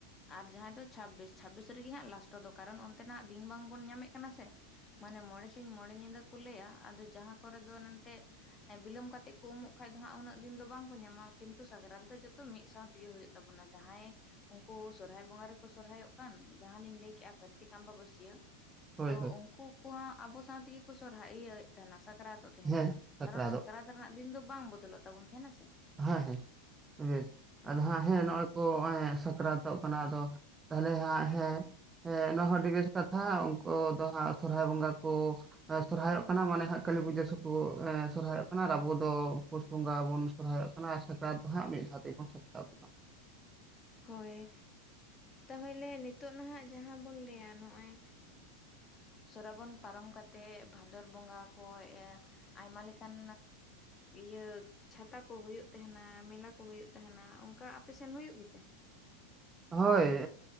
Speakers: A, on the left; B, on the right.
A: ᱟᱨ ᱡᱟᱦᱟᱸᱭ ᱫᱚ ᱪᱷᱟᱵᱵᱤᱥ ᱪᱷᱟᱵᱵᱤᱥ ᱨᱮᱜᱮ ᱦᱟᱸᱜ ᱞᱟᱥᱴᱚ ᱫᱚ ᱠᱟᱨᱚᱱ ᱚᱱᱛᱮ ᱫᱤᱱ ᱵᱟᱝᱵᱚᱱ ᱧᱟᱢᱮᱫ ᱠᱟᱱᱟ ᱥᱮ ᱾ ᱢᱟᱱᱮ ᱢᱚᱬᱮ ᱥᱤᱧ ᱢᱚᱬᱮ ᱧᱤᱫᱟᱹ ᱠᱚ ᱞᱟᱹᱭᱟ ᱟᱫᱚ ᱡᱟᱦᱟᱸ ᱠᱚᱨᱮ ᱫᱚ ᱮᱱᱛᱮ ᱵᱤᱞᱚᱢ ᱠᱟᱛᱮᱜ ᱠᱚ ᱩᱢᱚᱜ ᱠᱷᱟᱡ ᱫᱚ ᱦᱟᱸᱜ ᱩᱱᱟᱹᱜ ᱫᱤᱱ ᱫᱚ ᱵᱟᱝᱠᱚ ᱧᱟᱢᱟ ᱠᱤᱱᱛᱩ ᱥᱟᱠᱨᱟᱛ ᱫᱚ ᱡᱚᱛᱚ ᱢᱤᱫ ᱥᱟᱶᱛ <unintelligible> ᱦᱩᱭᱩᱜ ᱛᱟᱵᱚᱱᱟ ᱡᱟᱦᱟᱸᱭ ᱩᱱᱠᱩ ᱥᱚᱨᱦᱟᱭ ᱵᱚᱸᱜᱟ ᱨᱮᱠᱚ ᱥᱚᱨᱦᱟᱭᱚᱜ ᱠᱟᱱ ᱡᱟᱦᱟᱸ ᱞᱤᱧ ᱞᱟᱹᱭᱠᱮᱜ-ᱟ ᱠᱟᱨᱛᱤᱠ ᱟᱢᱵᱟ ᱵᱟᱹᱥᱭᱟᱹ
B: ᱦᱳᱭ
A: ᱛᱚ
B: ᱦᱳᱭ
A: ᱩᱱᱠᱩ ᱠᱚ ᱦᱟᱸᱜ ᱟᱵᱚ ᱥᱟᱶ ᱛᱮᱜᱮ ᱠᱚ ᱥᱚᱨᱦᱟᱭ ᱤᱭᱟᱹ ᱛᱟᱦᱮᱱᱟ ᱥᱟᱠᱨᱟᱛᱚᱜ ᱛᱟᱦᱮᱱᱟ
B: ᱦᱮᱸ ᱥᱟᱠᱨᱟᱛᱚᱜ
A: ᱠᱟᱨᱚᱱ ᱥᱟᱠᱨᱟᱛ ᱨᱮᱱᱟᱜ ᱫᱤᱱ ᱫᱚ ᱵᱟᱝ ᱵᱚᱫᱚᱞᱚᱜ ᱛᱟᱵᱚᱱ ᱛᱟᱦᱮᱱᱟ ᱥᱮ᱾
B: ᱦᱮᱸ ᱦᱮᱸ ᱵᱮᱥ ᱟᱫᱚ
A: ᱦᱳᱭ
B: ᱦᱟᱸᱜ ᱦᱮᱸ ᱱᱚᱜ-ᱚᱭ ᱠᱚ ᱚᱭ ᱥᱟᱠᱨᱟᱛᱚᱜ ᱠᱟᱱᱟ ᱟᱫᱚ ᱛᱟᱦᱚᱞᱮ ᱦᱟᱸᱜ ᱦᱮᱸ ᱾ ᱦᱮᱸ ᱱᱚᱶᱟ ᱦᱚᱸ ᱟᱹᱰᱤ ᱵᱮᱥ ᱠᱟᱛᱷᱟ ᱩᱱᱠᱩ ᱫᱚ ᱦᱟᱸᱜ ᱥᱚᱨᱦᱟᱭ ᱵᱚᱸᱜᱟ ᱠᱚ ᱥᱚᱨᱦᱟᱭᱚᱜ ᱠᱟᱱᱟ ᱢᱟᱱᱮ ᱦᱟᱸᱜ ᱠᱟᱹᱞᱤ ᱯᱩᱡᱟᱹ ᱥᱮᱫ ᱠᱚ ᱥᱚᱨᱦᱟᱭᱚᱜ ᱠᱟᱱᱟ ᱟᱵᱚ ᱫᱚ ᱯᱩᱥ ᱵᱚᱸᱜᱟ ᱵᱚᱱ ᱥᱚᱨᱚᱦᱟᱭ ᱚᱜ ᱠᱟᱱᱟ ᱟᱨ ᱥᱟᱠᱨᱟᱛ ᱫᱚ ᱦᱟᱸᱜ ᱢᱤᱫ ᱫᱷᱟ ᱛᱮᱵᱚᱱ ᱥᱟᱠᱨᱟᱛᱚᱜ ᱠᱟᱱᱟ ᱾
A: ᱦᱳᱭ ᱾ ᱛᱟᱦᱚᱞᱮ ᱱᱤᱛᱚᱜ ᱱᱟᱦᱟᱸᱜ ᱡᱟᱦᱟᱸ ᱵᱚᱱ ᱞᱟᱹᱭᱟ ᱱᱚᱜ-ᱚᱭ ᱥᱚᱨᱦᱟᱭ ᱵᱚᱱ ᱯᱟᱨᱚᱢ ᱠᱟᱛᱮᱫ ᱵᱷᱟᱫᱚᱨ ᱵᱚᱸᱜᱟ ᱠᱷᱚᱡ ᱟᱭᱢᱟ ᱞᱮᱠᱟᱱ ᱤᱭᱟᱹ ᱪᱷᱟᱛᱟ ᱠᱚ ᱦᱩᱭᱩᱜ ᱛᱟᱦᱮᱱᱟ ᱢᱮᱞᱟ ᱠᱚ ᱦᱩᱭᱩᱜ ᱛᱟᱦᱮᱱᱟ ᱚᱱᱠᱟ ᱟᱯᱮ ᱥᱮᱱ ᱦᱩᱭᱩᱜ ᱜᱮᱛᱮ?
B: ᱦᱳᱭ